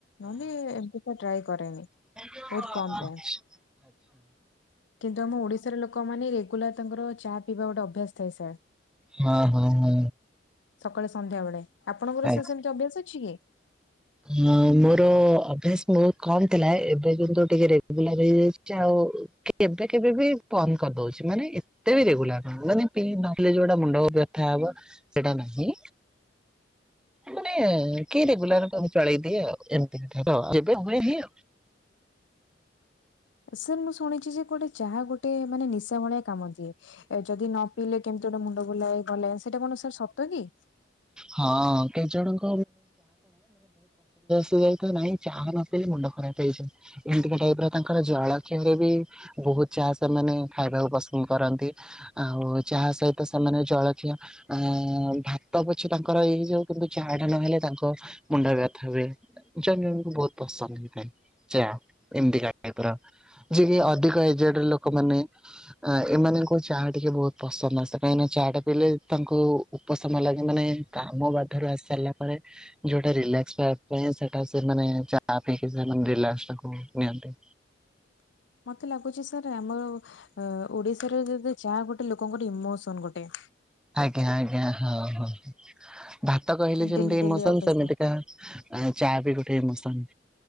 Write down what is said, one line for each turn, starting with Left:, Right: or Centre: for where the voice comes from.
Left: ନହେଲେ ଏମିତି ତ ଟ୍ରାଏ କରେନି।
Centre: ୁ ରାକେଶ
Left: ବହୁତ କମ
Centre: <unintelligible>
Left: ଟାଇମ କିନ୍ତୁ ଆମ ଓଡିଶାର ଲୋକମାନେ ମାନେ ରେଗୁଲାର ତାଙ୍କର ଚା ପିଇବା ଗୋଟେ ଅଭ୍ୟାସ ଥାଏ ସାର୍।
Centre: ହଁ ହଁ ହଁ।
Left: ସକାଳେ ସନ୍ଧ୍ୟା ବେଳେ ଆପଣଙ୍କର
Centre: ଆଜ୍ଞା।
Left: ସେ ସେମିତି ଅଭ୍ୟାସ ଅଛି କି?
Centre: ହଁ ମୋର ଅଭ୍ୟାସ ବହୁତ କମ ଥିଲା ଏବେ କିନ୍ତୁ ଟିକେ ରେଗୁଲାର ହେଇଯାଇଛି ଆଉ କେବେ କେବେ ବି ବନ୍ଦ କରିଦଉଛି ମାନେ ଏତେ ବି ରେଗୁଲାର ମାନେ ପି ନ ଯୋଉଟା ମୁଣ୍ଡ ଓ ବ୍ୟଥା ହବ ସେଇଟା ନାହିଁ। ମାନେ କିଏ ରେଗୁଲାର କାହାକୁ ମୁଁ ଚଳେଇଦିଏ ଆଉ ଏମତି ହିଁ ଥିବ ଯେ। <unintelligible>
Left: ସାର୍ ମୁଁ ଶୁଣିଛି ଯେ କୁଆଡେ ଚାହା ଗୋଟେ ମାନେ ନିଶା ଭଳିଆ କାମ ଦିଏ। ଯଦି ନ ପିଇଲେ କେମିତି ଗୋଟେ ମୁଣ୍ଡ ବୁଲାଏ ଭଲ‌ ଲାଗେନି ସେଇଟା କଣ ସାର୍ ସତ କି।
Centre: ହଁ କେତେ ଜଣଙ୍କ କି ନାଇଁ ଚାହା ନ ପିଇଲେ ମୁଣ୍ଡ ଖରାପ ହେଇଯିବ ଏମିତିକା ଟାଇପରେ ତାଙ୍କର ଜଳ ଖିଆରେ ବି। ବହୁତ ଚାହା ସେମାନେ ଖାଇବାକୁ ପସନ୍ଦ କରନ୍ତି ଆଉ ଚାହା ସହିତ ସେମାନେ ଜଳଖିଆ। ଆ ଭାତ ପଛ୍ କି ତାଙ୍କର ଏଇ ଯୋଉ କିନ୍ତୁ ଚାହା ଟା ନହେଲେ ତାଙ୍କ ମୁଣ୍ଡ ବ୍ୟଥା ହୁଏ ଚା ବି ଉନ୍ କୋ ବହୁତ ପସନ୍ଦ। ହେଇଥାଏ ଚା ଏମିତିକା ଟାଇପ୍ ର। ଯିଏ କି ଅଧିକ ଏଜେଡ ଲୋକ ମାନେ ଆ ଏମାନଙ୍କୁ ଚାହା ଟିକେ ବହୁତ ପସନ୍ଦ ଆସେ କାହିଁକି ନା। ଚାହା ଟା ପିଇଲେ ତାଙ୍କୁ ଉପଶମ ଲାଗେ। ଯୋଉ ମାନେ କାମ ବାଧାରୁ ଆସି ସାରିଲା ପରେ ଯୋଉଟା ରିଲାକ୍ସ ଟା ପାଇଁ ସେଟା ସେମାନେ ଚା ପି କି ସେମାନେ ରିଲାକ୍ସ ଟାକୁ ନିଅନ୍ତି।
Left: ମତେ ଲାଗୁଛି ସାର୍ ଆମ ଅ ଓଡିଶାରେ ଯଦି। ଚା ଗୋଟେ ଲୋକଙ୍କର ଗୋଟେ ଇମୋସନ ଗୋଟେ।
Centre: ଆଜ୍ଞା ଆଜ୍ଞା ହଁ ହଁ। ଭାତ କହିଲେ ଯେମିତି
Left: ଡେଲି ଡେଲି
Centre: ଇମୋସନ
Left: ଅଭ୍ୟାସ।
Centre: ସେମିତି କା ଚା ବି ଗୋଟେ ଇମୋସନ।